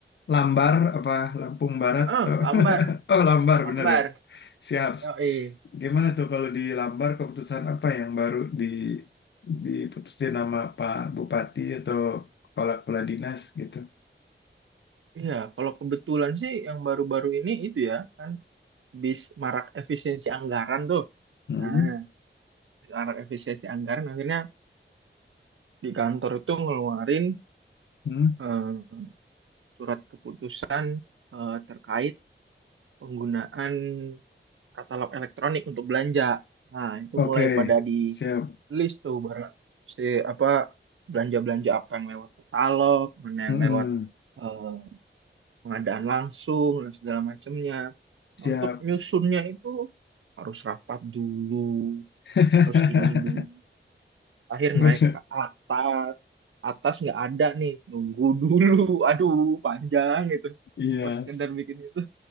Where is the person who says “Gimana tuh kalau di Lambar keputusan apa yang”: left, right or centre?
Left